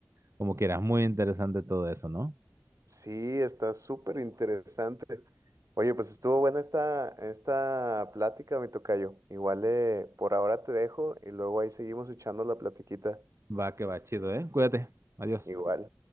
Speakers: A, on the right (about 60°); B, on the right (about 85°).
A: como quieras, muy interesante todo eso, ¿no?
B: Sí, está súper interesante. Oye, pues estuvo buena esta, esta plática, mi tocayo. Igual, eh, por ahora te dejo y luego ahí seguimos echando la platiquita.
A: Va que va, chido, ¿eh? Cuídate. Adiós.
B: Igual.